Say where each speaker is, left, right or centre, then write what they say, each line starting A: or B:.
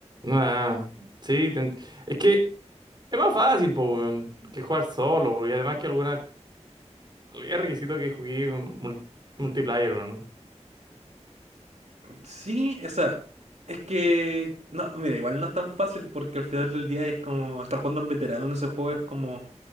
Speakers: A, on the right; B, on the right.
A: ah, sí. te ent- Es que es más fácil, po, weón, que jugar solo. weón, Y además que algunas... Es requisito que jugué mul- multiplayer, weón.
B: Sí, esa. Es que. No, mira, igual no es tan fácil porque al final del día es como estar jugando en veterano en ese juego es como